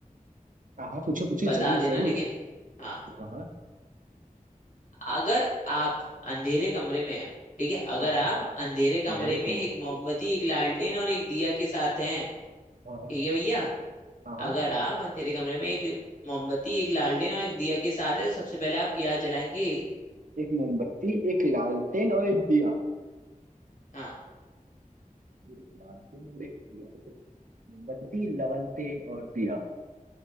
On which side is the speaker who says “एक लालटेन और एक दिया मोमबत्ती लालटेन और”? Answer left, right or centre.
Right